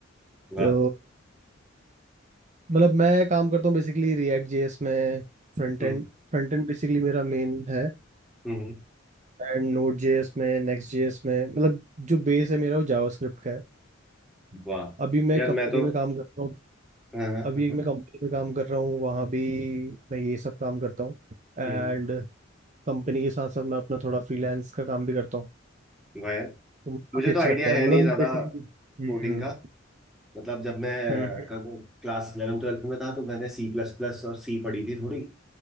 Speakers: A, in the centre; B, on the right (about 40°).
A: वाह
B: तो मतलब मैं काम करता हूँ बेसिकली रिएक्ट जेएस में front
A: हम्म
B: end Front end basically मेरा मेन है
A: हम्म,
B: एंड नोड जेएस में नेक्स्ट जेएस में मतलब जो बेस है मेरा वो जावास्क्रिप्ट का है
A: वाह
B: अभी मैं
A: यार
B: कंपनी
A: मैं तो
B: में काम कर रहा हूँ
A: हाँ हाँ
B: अभी
A: हाँ
B: एक
A: हाँ,
B: मैं कंपनी में काम कर रहा हूँ वहाँ भी मैं ये सब काम करता हूँ एंड
A: हम्म
B: कंपनी के साथ साथ मैं अपना थोड़ा फ्रीलांस का काम भी करता हूँ
A: वाह यार
B: तो मुझे
A: मुझे
B: काफ़ी
A: तो
B: अच्छा
A: आइडिया
B: लगता है
A: है
B: मतलब
A: नहीं ज्यादा
B: बेसिकली
A: कोडिंग
B: हम्म
A: का मतलब जब मैं
B: हम्म हम्म,
A: क्लास 11 ट्वेल्थ में था तो मैंने सी प्लस प्लस और सी पढ़ी थी थोड़ी